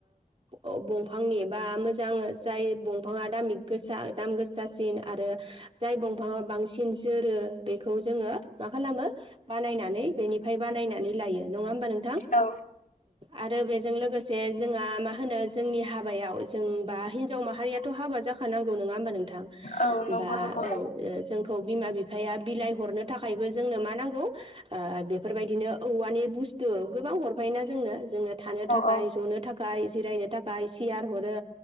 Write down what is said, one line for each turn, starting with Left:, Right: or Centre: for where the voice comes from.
Right: ओ बंफांनि बा मोजां जाय बंफाङा दामि गोसा दाम गोसासिन आरो जाय दंफाङा बांसिन जोरो बेखौ जोङो मा खालामो बानायनानै बेनिफ्राय बानायनानै लायो नङा होमबा नोंथां।
Left: औ।
Right: आरो बेजों लोगोसे जोंहा मा होनो जोंनि हाबायाव जोंबा हिनजाव माहारियाथ' हाबा जाखानांगौ नङा होमबा नोंथां।
Left: औ नंगौ
Right: बा
Left: नंगौ
Right: औ ओ जों। खौ बिमा बिफाया बिलाइ हरनो थाखायबो जोंनो मा नांगौ ओ बेफोरबायदिनो औवानि बुस्थु गोबां हरफायो ना जोंनो जोङो थानो थाखाय
Left: औ
Right: ज'नो थाखाय जिरायनो थाखाय सियार हरो